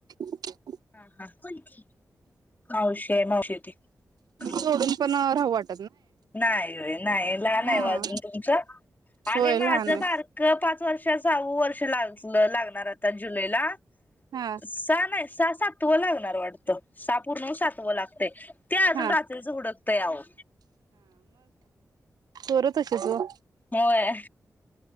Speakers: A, on the right; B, on the left.
A: <inaudible>
B: हा हा, कोणती मावशी. ए मावशी आय ती. कुठली?
A: सोडून <unintelligible>
B: नाही व्हय नाही लहान
A: हा
B: आहे ओ अजून तुमचं, आणि
A: होय
B: माझं
A: लहान आहे
B: बारकं पाच वर्ष सहावं वर्ष लाग ल लागणार आता जुलै ला
A: हा
B: सा नाही, सा सातवं लागणार वाटतं सहा पूर्ण होऊन सातवं लाग ते ते आजून
A: हा
B: रात्रीचं हुडकतंय आवो.
A: पोरं तशीच वो हम्म
B: होय